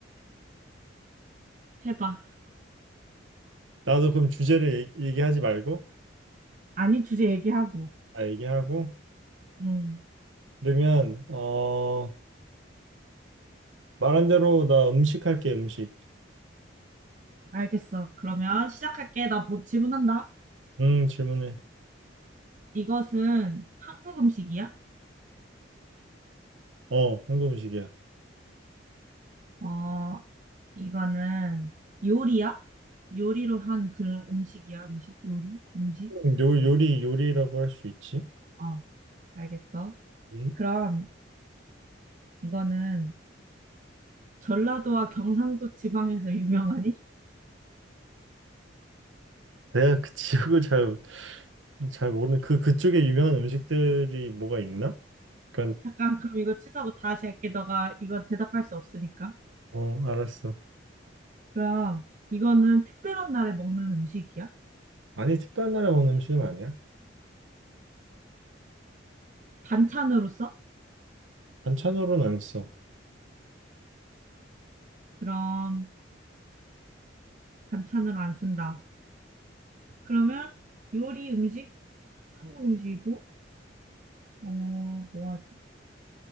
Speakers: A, on the right; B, on the right.
A: 해봐.
B: 나도 그럼 주제를 얘- 얘기하지 말고
A: 아니, 주제 얘기하고.
B: 아 얘기하고
A: 음,
B: 그러면 어 말한 대로 나 음식 할게 음식
A: 알겠어. 그러면 시작할게. 나 뭐 질문한다.
B: 음 질문해
A: 이것은 한국 음식이야?
B: 어 한국 음식이야
A: 어, 이거는 요리야? 요리로 한 그런 음식이야? 음식? 요리? 음식?
B: 음, 요 요리 요리라고 할 수 있지
A: 어, 알겠어.
B: 음?
A: 그럼, 이거는 전라도와 경상도 지방에서 유명하니?
B: 내가 그 <laughs> 지역을 잘 잘 모르는 그 그쪽에 유명한 음식들이 뭐가 있나? 그러니까
A: 잠깐, 그럼 이거 취소하고 다시 할게. 너가 이건 대답할 수 없으니까.
B: 어 알았어
A: 그럼 이거는 특별한 날에 먹는 음식이야?
B: 아니 특별한 나라 온 음식은 아니야
A: 반찬으로 써?
B: 반찬으로는 안써음
A: 그럼 반찬으로 안 쓴다. 그러면 요리 음식? 한국 음식이고, 어, 뭐 하지?